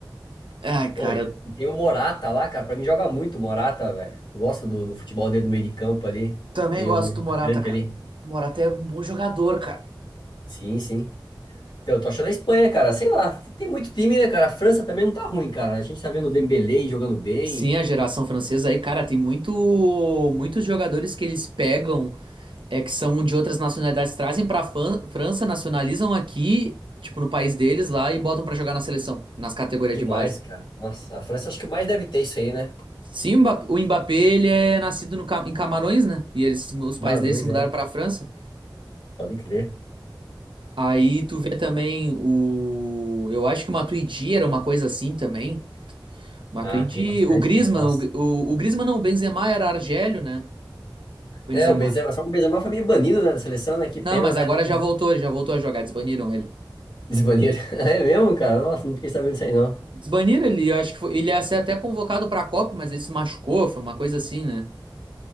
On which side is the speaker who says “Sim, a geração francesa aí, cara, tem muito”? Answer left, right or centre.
Right